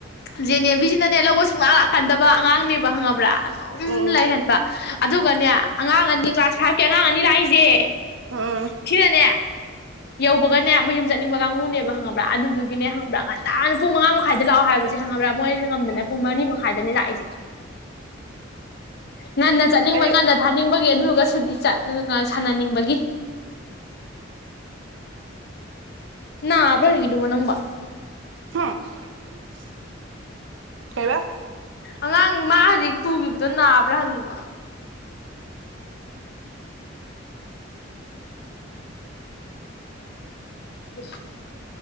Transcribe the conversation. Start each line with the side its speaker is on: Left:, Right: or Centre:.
Left: ꯖꯦꯅꯦꯕꯤꯖꯤꯅꯅꯦ ꯂꯧꯕ ꯁꯨꯡ ꯉꯥꯛ ꯂꯥꯛꯀꯟꯗꯕ ꯑꯉꯥꯡꯅꯦꯕ ꯍꯪꯉꯕ꯭ꯔꯥ ꯑꯗꯨꯝ
Right: ꯎꯝ
Left: ꯂꯩꯍꯟꯕ ꯑꯗꯨꯒꯅꯦ ꯑꯉꯥꯡ ꯑꯅꯤ ꯀ꯭ꯂꯥꯁ ꯐꯥꯏꯚꯀꯤ ꯑꯉꯥꯡ ꯑꯅꯤ ꯂꯥꯛꯏꯁꯦ
Right: ꯎꯝ ꯎꯝ
Left: ꯁꯤꯤꯔꯅꯦꯌꯥ ꯌꯧꯕꯒꯅꯦ ꯃꯌꯨꯝ ꯆꯠꯅꯤꯡꯕ ꯀꯥꯡꯕꯨꯅꯦꯕ ꯍꯪꯉꯕ꯭ꯔꯥ ꯑꯗꯨꯗꯨꯒꯤꯅꯦ ꯍ ꯈꯪꯉꯕ꯭ꯔꯥ ꯉꯥꯏꯇꯥꯥꯅ ꯄꯨꯡ ꯃꯉꯥ ꯃꯈꯥꯏꯗ ꯂꯥꯛꯑꯣ ꯍꯥꯏꯕꯁꯦ ꯈꯪꯉꯕ꯭ꯔꯥ ꯃꯣꯏꯅ ꯉꯝꯗꯅ
Right: ꯎꯝ
Left: ꯄꯨꯡ ꯃꯔꯤ ꯃꯈꯥꯏꯗꯅꯦ ꯂꯥꯛꯏꯁꯦ ꯉꯟꯅ ꯆꯠꯅꯤꯡꯕ
Right: ꯍꯥꯏꯗꯤ
Left: ꯉꯟꯅ ꯊꯥꯅꯤꯡꯕꯒꯤ ꯑꯗꯨꯒꯁꯨ ꯁꯥꯟꯅꯅꯤꯡꯕꯒꯤ ꯅ ꯑ꯭ꯔꯣ ꯍꯒꯗꯨꯕ ꯅꯪꯕ
Right: ꯍꯥꯦ ꯍꯦꯔ
Left: ꯑꯉꯥꯡ ꯃꯥ ꯍꯧꯖꯤꯛ ꯇꯨꯈꯤꯕꯗꯣ ꯅꯥꯕ꯭ꯔꯥ ꯍꯪꯅꯤꯕ ꯎ